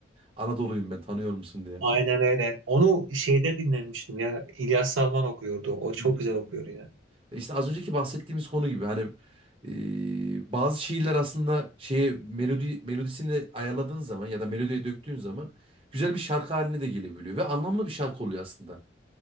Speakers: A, on the right; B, on the right.
A: Anadolu'yum ben tanıyor musun diye.
B: Aynen öyle. Onu şeyde dinlemiştim ya. İlyas Salman okuyordu. O çok
A: Hı hı.
B: güzel okuyor ya.
A: İşte az önceki bahsettiğimiz konu gibi hani e, bazı şiirler aslında şeye melodi melodisini ayarladığın zaman ya da melodiye döktüğün zaman güzel bir şarkı haline de gelebiliyor ve anlamlı bir şarkı oluyor aslında.